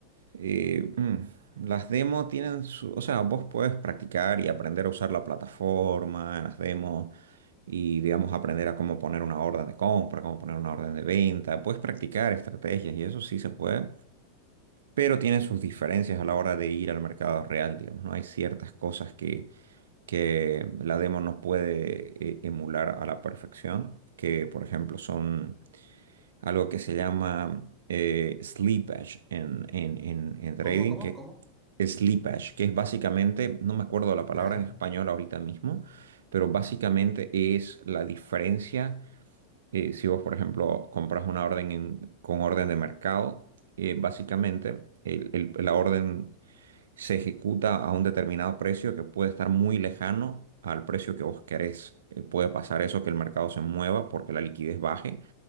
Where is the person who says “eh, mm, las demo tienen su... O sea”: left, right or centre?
Right